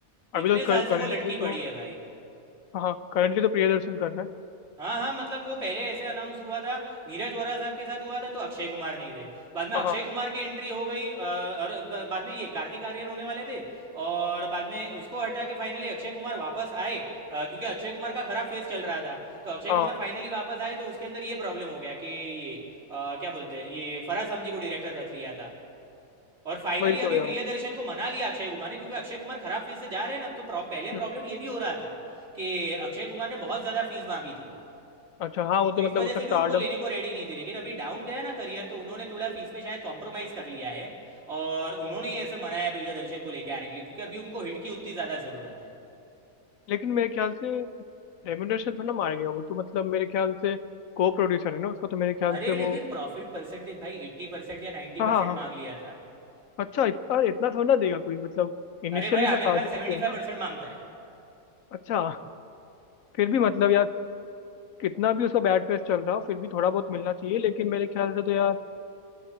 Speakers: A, on the left; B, on the right.
A: अभी
B: इतने
A: तो
B: साल से
A: करंटली
B: वो लटकी
A: तो
B: पड़ी है भाई
A: हाँ करंटली तो प्रियदर्शन कर रहा है
B: हाँ हाँ मतलब वो पहले ऐसे अनाउंस हुआ था नीरज वोरा साहब के साथ हुआ था तो अक्षय कुमार नहीं थे बाद में
A: हाँ,
B: अक्षय कुमार की एंट्री हो गई अ, और ब- बाद में ये कार्तिक आर्यन होने वाले थे और बाद में उसको हटा के फाइनली अक्षय कुमार वापस आए अ, क्योंकि अक्षय कुमार का खराब फेस चल रहा था तो अक्षय
A: हाँ
B: कुमार फाइनली वापस आए तो उसके अंदर ये प्रॉब्लम हो गया कि ये अ, क्या बोलते हैं ये फराज समजी को डायरेक्टर रख लिया था और फाइनली
A: वही
B: अभी
A: तो यार
B: प्रियदर्शन को मना लिया अक्षय कुमार ने क्योंकि अक्षय कुमार खराब फीस से जा रहे हैं ना अब तो प्रॉ- पहले
A: हम्म
B: प्रॉब्लम ये भी हो रहा था कि अक्षय कुमार ने बहुत ज्यादा फीस मांगी थी
A: अच्छा हाँ वो
B: तो
A: तो
B: इस
A: मतलब
B: वजह
A: उसका
B: से
A: स्टार्टअप
B: भी उनको लेने को रेडी नहीं थे लेकिन अभी डाउन गया ना करियर तो उन्होंने थोड़ा फीस पे शायद कॉम्प्रोमाइज कर लिया है और उन्होंने ही ऐसे मनाया प्रियदर्शन को लेके आने के लिए क्योंकि अभी उनको हिट की उतनी ज्यादा जरूरत है
A: लेकिन मेरे ख्याल से रेम्यूनरेशन थोड़ा मारेगा वो तो मतलब मेरे ख्याल से को प्रोड्यूसर है ना उसका तो मेरे ख्याल
B: अरे
A: से वो
B: लेकिन प्रॉफिट परसेंटेज भाई एट्टी परसेंट या नाइन्टी
A: हाँ
B: परसेंट
A: हाँ हाँ
B: मांग लिया था
A: अच्छा इत, अरे इतना थोड़ा ना देगा कोई मतलब इनिशियली
B: अरे भाई
A: तो
B: आमिर
A: साजिश
B: खान सेवेंटी
A: ही है ना
B: फाइव परसेंट मांगता है
A: अच्छा फिर भी मतलब यार कितना भी उसका बैड फेस चल रहा हो फिर भी थोड़ा बहुत मिलना चाहिए लेकिन मेरे ख्याल से तो यार